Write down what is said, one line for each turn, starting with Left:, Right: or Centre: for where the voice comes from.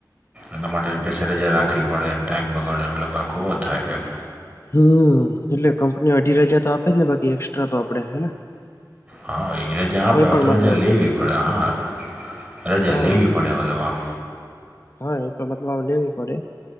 Right: એના માટે સ્પેશિયલ રજા રાખવી પડે અને ટાઈમ બગાડવો પડે
Left: હમ એટલે કંપની અડધી રજા તો આપે જ ને બાકી એક્સ્ટ્રા તો આપડે હેને
Right: હા એ રજા આપે
Left: કોઈ
Right: હોય,
Left: પણ
Right: તો
Left: મતલબ
Right: રજા લેવી પડે હા રજા
Left: હા
Right: લેવી પડે મતલબ આમ
Left: હા એ તો બતલાવ લેવી પડે